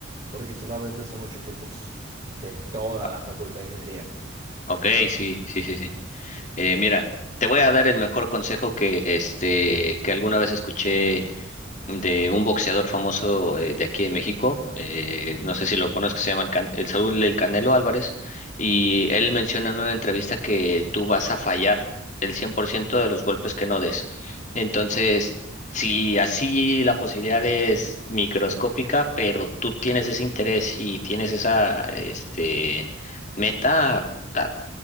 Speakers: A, on the right (about 35°); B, on the left (about 40°).
A: porque solamente son ocho cupos de toda
B: Ah,
A: la Facultad de Ingeniería.
B: Ok, sí, sí, sí, sí. Eh, mira, te voy a dar el mejor consejo que, este, que alguna vez escuché de un boxeador famoso eh, de aquí de México, eh, no sé si lo conozco, se llama el, Can- el Saúl del Canelo Álvarez, y él menciona en una entrevista que tú vas a fallar el 100% de los golpes que no des. Entonces, si así la posibilidad es microscópica, pero tú tienes ese interés y tienes esa este, meta, ah,